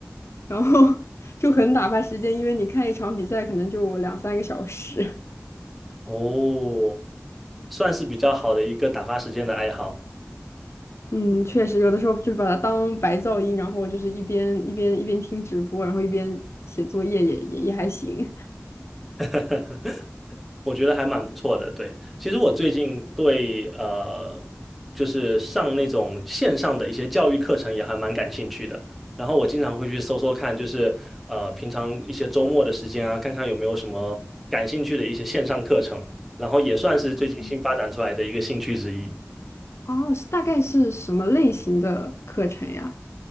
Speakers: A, on the left (about 60°); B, in the centre.
A: 然后 <laughs> 就很打发时间，因为你看一场比赛可能就两三个小时。
B: 哦，算是比较好的一个打发时间的爱好，
A: 嗯，确实，有的时候就是把它当白噪音，然后就是一边一边一边听直播，然后一边写作业也也也还行。
B: <laughs> 我觉得还蛮不错的。对，其实我最近对呃，就是上那种线上的一些教育课程也还蛮感兴趣的。然后我经常会去搜搜看，就是呃，平常一些周末的时间啊，看看有没有什么感兴趣的一些线上课程。然后也算是最近新发展出来的一个兴趣之一。
A: 嗯哦，是大概是什么类型的课程呀？